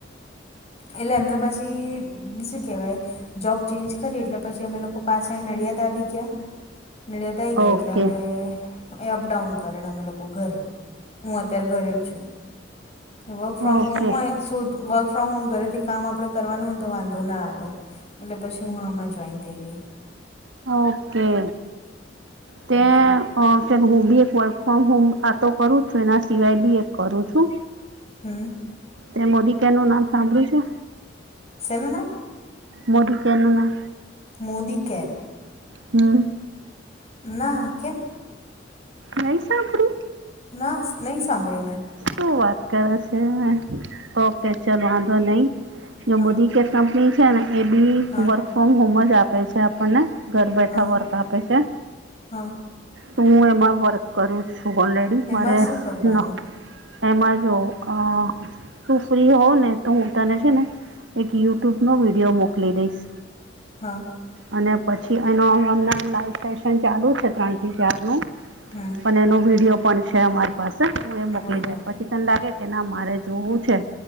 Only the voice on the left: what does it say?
એટલે એમના પછી શું કહેવાય. જોબ ચેન્જ કરી એટલે પછી અમે લોકો પાછા નડિયાદ આવી ગયા. નડિયાદ આઈ ગયા
એટલે હવે એ અપડાઉન કરેને અમે લોકો ઘરે. હું અત્યારે ઘરે જ છું વર્ક ફ્રોમ
હોમ હોય શોધ વર્ક. ફ્રોમ હોમ ઘરેથી કામ આપણે કરવાનું હોયને તો વાંધો ના આવે એટલે પછી હું આમાં જોઈન થઈ ગઈ.
એટલે
હમ.
શેનુ નામ?
મોદી કેર?
ના કેમ?
ના નહીં સાંભળ્યું મેં.
હા
હા
હા
હા
એમાં
શું કરવાનું
હા.
હા.
બરાબર